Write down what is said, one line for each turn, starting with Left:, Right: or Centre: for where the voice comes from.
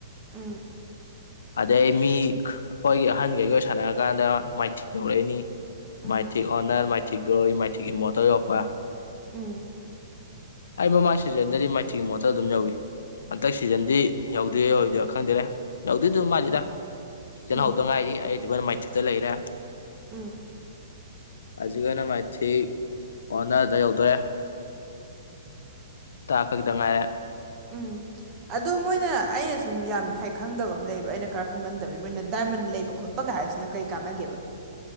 Right: ꯎꯝ
Left: ꯑꯗꯩ ꯃꯤ ꯑꯩꯈꯣꯏꯒꯤ ꯑꯍꯟꯈꯩꯒꯤ ꯑꯣꯏꯅ ꯁꯥꯟꯅꯔꯀꯥꯟꯗ ꯃꯥꯏꯊꯤꯛ ꯌꯧꯔꯛꯏꯅꯤ
Right: ꯎꯝ
Left: ꯃꯥꯏꯊꯤ ꯑꯣꯅꯔ ꯃꯥꯏꯊꯤꯛ ꯒꯣꯏ ꯃꯥꯏꯊꯤ ꯏꯃꯣ ꯇꯧ ꯌꯄ
Right: ꯎꯝ
Left: ꯑꯩ ꯃꯃꯥꯡ ꯁꯤꯖꯟꯗꯗꯤ ꯃꯥꯏꯊꯤꯒꯤ ꯃꯣꯠꯇ ꯑꯗꯨꯝ ꯌꯧꯏꯤ ꯍꯟꯗꯛ ꯁꯤꯖꯟꯗꯤ ꯌꯧꯗꯋ ꯈꯪꯗꯦꯔꯦ ꯂꯧꯗꯣꯏꯗꯨ ꯃꯥꯅꯤꯗ ꯁꯤꯖꯤꯜꯍꯧꯗ
Right: ꯎꯝ ꯎꯝ
Left: ꯉꯥꯏꯔꯤ ꯑꯩꯁꯨꯅ ꯃꯥꯏꯊꯤꯛꯇ ꯂꯩꯔꯦ
Right: ꯎꯝ
Left: ꯍꯧꯖꯤꯛꯅ ꯃꯥꯏꯊꯤ ꯑꯣꯅꯔꯗ ꯌꯧꯗꯔꯦ ꯆ ꯈꯛꯇ ꯉꯥꯏꯔꯦ
Right: ꯎꯝ ꯑꯗꯣ ꯃꯣꯏꯅ ꯑꯩꯅ ꯁꯨꯝ ꯌꯥꯝ ꯍ ꯈꯪꯗꯕ ꯑꯃ ꯂꯩꯕ ꯑꯩꯅ ꯈꯔ ꯈꯪꯍꯟꯗꯕ ꯃꯣꯏꯅ ꯗꯥꯏꯃꯟ ꯂꯩꯕ ꯈꯣꯠꯄ ꯍꯥꯏꯁꯤꯅ ꯀꯔꯤ ꯀꯥꯟꯅꯒꯦꯕ